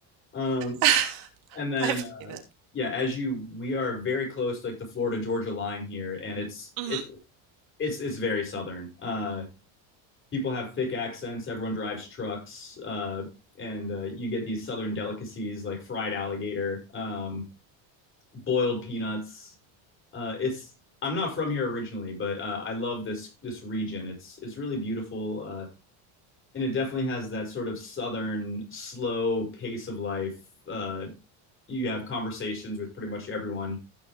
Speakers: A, on the left; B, on the right.
A: Um,
B: <laughs>
A: and then
B: I believe
A: uh,
B: it.
A: yeah, as you, we are very close to like the Florida Georgia line here, and it's
B: hmm
A: it's it's it's very southern. Uh, people have thick accents. Everyone drives trucks, uh, and uh, you get these southern delicacies like fried alligator, um, boiled peanuts. Uh, it's I'm not from here originally, but uh, I love this this region. It's it's really beautiful. Uh, and it definitely has that sort of southern slow pace of life. Uh, you have conversations with pretty much everyone,